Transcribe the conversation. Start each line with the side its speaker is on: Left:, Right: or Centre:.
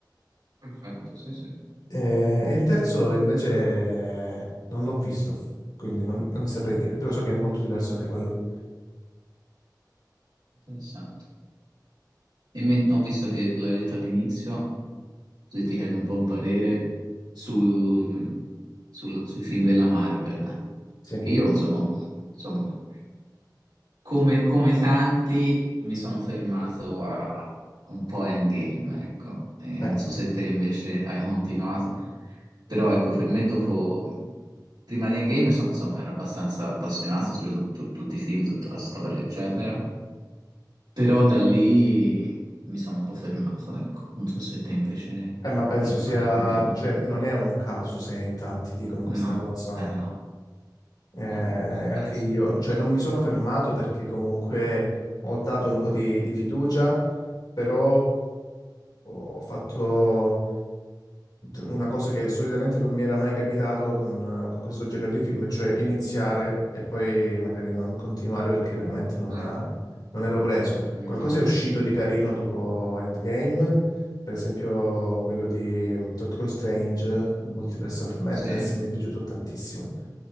Right: Perfetto, sì, sì.
Left: Eh, E, il terzo invece non l'ho visto, quindi non, non saprei dire, però so che è molto diverso anche quello.
Right: Interessante. E me- ho visto che l'hai detto all'inizio, se ti chiedo un po' un parere su- sul- sui film della Marvel,
Left: Sì,
Right: che io, insomma, un po', insomma. come, come tanti mi sono fermato a a un po' Endgame, ecco. E
Left: eh,
Right: non so se te invece hai continuato, però ecco, per me dopo, prima di Endgame, so- insomma, ero abbastanza appassionato su tut- tutti i film, tutta la storia, eccetera, però da lì mi sono un po' fermato, ecco. Non so se te invece
Left: eh, ma penso
Right: eh,
Left: sia,
Right: vai, continua.
Left: cioè non è un caso se in tanti dicono questa
Right: No,
Left: cosa.
Right: eh, no,
Left: Eh, anche
Right: no, non penso.
Left: io, cioè non mi sono fermato perché comunque ho dato un po' di, di fiducia, però ho fatto, una cosa che solitamente non mi era mai capitato con, eh, con questo genere di film, cioè iniziare e poi magari non continuare perché veramente non,
Right: Eh,
Left: eh, non ero preso.
Right: mm,
Left: Qualcosa
Right: mm.
Left: è uscito di carino dopo Endgame, per esempio quello di mm, Doctor Strange, il Multiverse of Madness,
Right: Sì,
Left: mi è piaciuto tantissimo,